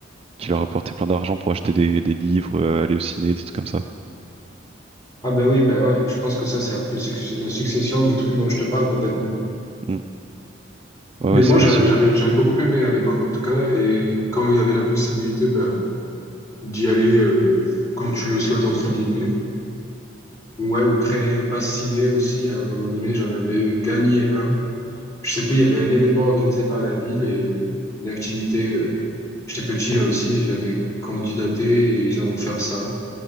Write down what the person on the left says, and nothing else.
Ah bah oui, bah ouais, je pense que ça, c'est après suc- la succession du truc dont je te parle, peut-être même.
Mais
moi,
j'a- j'avais, j'avais beaucoup aimé à l'époque, en tout cas, et quand il y avait la possibilité bah, d'y aller euh, quand tu le souhaites, entre guillemets, Ouais, ou créer un pass ciné aussi. À un moment donné, j'en avais gagné un. Je sais plus, il y avait un événement organisé par la ville et une activité. euh, J'étais petit là aussi et j'avais candidaté et ils ont offert ça.